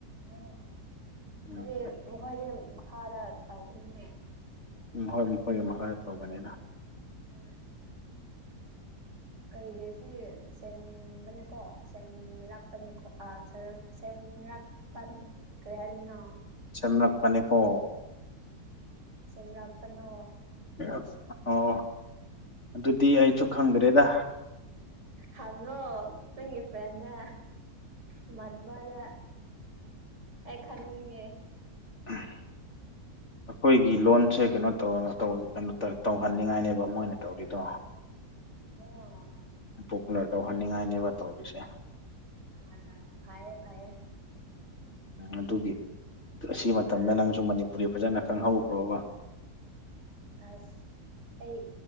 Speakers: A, on the right; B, on the left.
A: ꯎ
B: ꯎꯝ
A: ꯀꯔꯤ ꯃꯈꯣꯏꯗꯤ ꯃꯈꯥꯗ ꯇꯧꯈꯤꯕꯅꯤꯅꯦ
B: ꯎꯝ ꯍꯣꯏ ꯃꯈꯣꯏꯒꯤ ꯃꯈꯥꯗ ꯇꯧꯕꯅꯤꯗ
A: ꯍꯣꯏ ꯀꯔꯤꯒꯤ ꯁꯤ ꯁꯦꯝꯕꯅꯤꯀꯣ ꯁꯦꯝꯔꯥꯛꯄꯅꯤꯀꯣ ꯁꯦꯝꯔꯛ ꯀꯔꯤ ꯍꯥꯏꯗꯨꯢꯅꯣ
B: ꯁꯦꯝꯂꯛꯄꯅꯤꯀꯣ
A: ꯁꯦꯝꯔꯥꯛꯄꯅꯣ
B: ꯑꯣ ꯑꯣ ꯑꯗꯨꯗꯤ ꯑꯩꯁꯨ ꯈꯪꯗ꯭ꯔꯦꯗ
A: ꯍꯪꯉꯣ ꯅꯪꯒꯤ ꯐ꯭ꯔꯦꯟꯗ ꯢꯃꯥꯟꯅꯕꯗ ꯑꯩ ꯈꯪꯅꯤꯡꯉꯦ
B: ꯎꯝ ꯑꯩꯈꯣꯏꯒꯤ ꯂꯣꯟꯁꯦ ꯀꯩꯅꯣ ꯇꯧꯔ ꯇꯧꯍꯟꯅꯤꯡꯉꯥꯏꯅꯦꯕ ꯃꯣꯏꯅ ꯇꯧꯔꯤꯗꯣ
A: <unintelligible> ꯍꯣꯏ
B: ꯄꯣꯄꯨꯂꯔ ꯇꯧꯍꯟꯅꯤꯡꯉꯥꯏꯅꯦꯕ ꯇꯧꯔꯤꯁꯦ
A: ꯍꯣꯢ ꯍꯣꯢ ꯐꯩꯌꯦ ꯐꯩꯌꯦ
B: ꯑꯗꯨꯒꯤ ꯑꯁꯤ ꯃꯇꯝꯗ
A: ꯑ
B: ꯅꯪꯁꯨ ꯃꯅꯤꯄꯨꯔꯤ ꯐꯖꯅ ꯈꯪꯍꯧꯈ꯭ꯔꯣꯕ
A: ꯑꯁ ꯑꯩ